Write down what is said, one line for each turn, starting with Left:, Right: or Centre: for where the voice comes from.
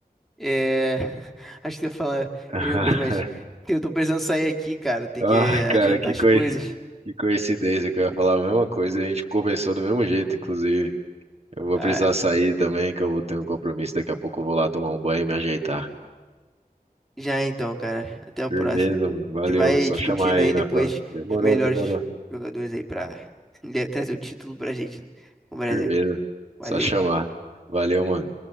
Centre: É... <laughs> Acho que eu ia falar a
Right: <laughs>
Centre: mesma coisa, mas eu tô precisando sair aqui, cara. Tem
Right: Ah,
Centre: que eh,
Right: cara,
Centre: adiantar
Right: que
Centre: as
Right: coisa.
Centre: coisas.
Right: Que coincidência que eu ia falar a mesma coisa, a gente começou do mesmo jeito, inclusive. Eu vou
Centre: Ah,
Right: precisar sair também, que eu vou ter um compromisso. Daqui a pouco eu vou lá tomar um banho e me ajeitar.
Centre: Já então, cara. Até a
Right: Firmeza,
Centre: próxima.
Right: mano. Valeu.
Centre: A gente vai
Right: Só
Centre: discutindo
Right: chamar aí
Centre: aí
Right: na
Centre: depois
Right: próxima. Demorou,
Centre: os melhores
Right: demorou.
Centre: jogadores aí pra <laughs> trazer o título pra gente com o Brasil.
Right: Firmeza.
Centre: Valeu.
Right: Só chamar. Valeu, mano.